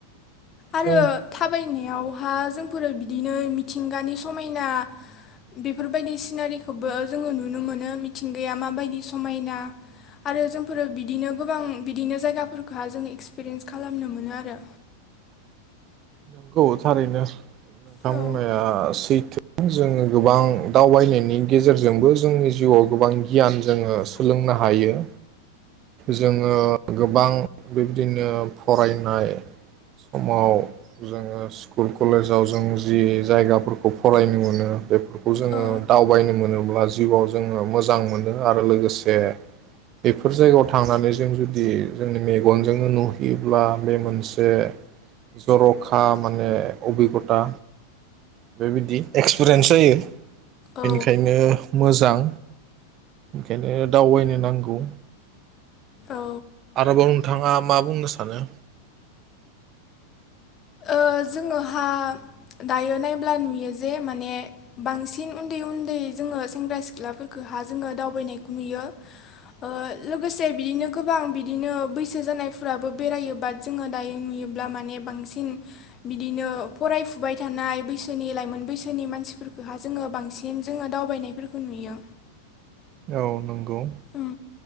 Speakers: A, on the left; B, on the right.
A: आरो
B: जों
A: थाबाय नियावहा जोंफोरो बिदिनो मिथिंगानि समायना बेफोरबायदि सिनारिखौबो जोङो नुनो मोनो मिथिंगाया माबायदि समायना आरो जोंफोरो बिदिनो गोबां बिदिनो जायगाफोरखौहाय जोङो एक्सपिरियेन्स खालामनो मोनो आरो।
B: नोंगौ थारैनो। नोंथां
A: औ
B: बुंनाया सैथो जोङो गोबां दावबायनायनि गेजेरजोंबो जोंनि जिउआव गोबां गियान जोङो सोलोंनो हायो। जोङो गोबां बिबदिनो फरायनाय समाव जोङो स्कुल कलेजाव जों जि जायगाफोरखौ फरायनो मोनो बेफोर खौ जोङो
A: औ
B: दावबायनो मोनोब्ला जिउआव जोङो मोजां मोनो आरो लोगोसे बे जायगायाव थांनानै जों जुदि जोंनि मेगनजोंनो नुहैयोब्ला बे मोनसे जर'खा माने अबिगथा बे बिदि टुरेन्टसो जायो बेनिखायनो
A: औ
B: मोजां। ओंखायनो दावबायनो नांगौ।
A: औ
B: आरोबाव नोंथाङा मा बुंनो सानो?
A: ओ जोङोहा दायो नायब्ला नुयो जे माने बांसिन उन्दै उन्दै जोङो सेंग्रा सिख्लाफोरखौहा जोङो दावबायनायखौ नुयो ओ लोगोसे बिदिनो गोबां बिदिनो बैसो जानायफोराबो बेरायो बाद जोङो दायो नुयोब्ला माने बांसिन बिदिनो फरायफुबाय थानाय बैसोनि लाइमोन बैसोनि मानसिफोरफोरखौहा जोङो बांसिन जोङो दावबायनायफोरखौ नुयो।
B: औ नंगौ।
A: उम।